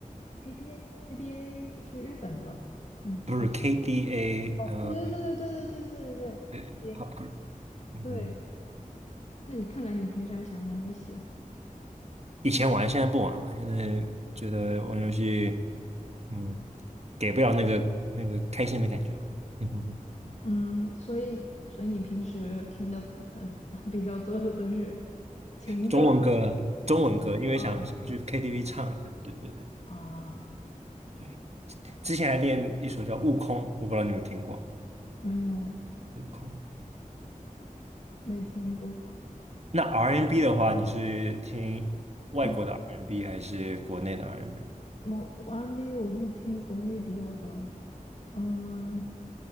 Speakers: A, on the left (about 50°); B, on the right (about 50°).
A: KBA KBA 是日本的吧？是吗？
B: 不是 KDA，
A: 哦，
B: 呃，
A: 对对对对对对对对对，KBA
B: 对，pop group，嗯哼，
A: 对。那你看来你平时还喜欢玩游戏啊，
B: 以前玩，现在不玩了，现在觉得玩游戏，嗯，给不了那个那个开心的感觉了。嗯哼，
A: 嗯，所以所以你平时听的很 <laughs> 比较多的都是情歌，
B: 中文歌，中文歌，因为想想去
A: 啊
B: KTV 唱一下，对对对
A: 啊，
B: 对，之前还练一首叫《悟空》，我不知道你有没有听过
A: 没有
B: 《悟空》。
A: 没听过，
B: 那 R&B n 的话，你是听外国的
A: 嗯，
B: R&B n 还是国内的 R&B？
A: 我 R&B 我会听国语比较多，哎，嗯，